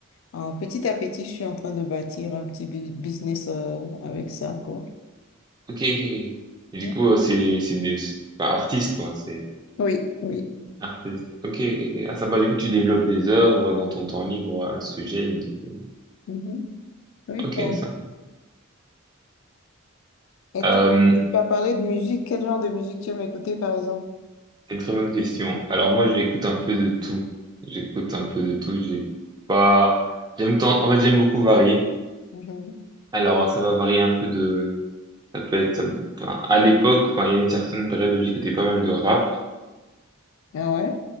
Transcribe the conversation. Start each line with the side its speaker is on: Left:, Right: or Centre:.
Left: en- petit à petit, je suis en train de bâtir un petit bu- business, euh, avec ça, quoi.
Right: Ok, ok, ok. Et
Left: Mmh.
Right: du coup, euh, c'est c'est des c'est- enfin, artistes quoi, c'est.
Left: Oui, oui.
Right: Artiste. Ok, ok, ok. Ah, ça va, du coup, tu développes des œuvres dans ton temps libre à ce sujet, et du coup.
Left: Mhm. Oui,
Right: Ok,
Left: bon.
Right: ça.
Left: Et
Right: Euh,
Left: toi, tu as parlé de musique. Quel genre de musique tu aimes écouter, par exemple?
Right: c'est une très bonne question. Alors, moi, j'écoute un peu de tout. J'écoute un peu de tout. J'ai pas, j'aime tant, en fait, j'aime beaucoup varier.
Left: Mhm.
Right: Alors, ça va varier un peu de, ça peut être, ça- enfin, à l'époque, enfin, il y a une certaine période où j'écoutais pas mal de rap.
Left: Ah ouais?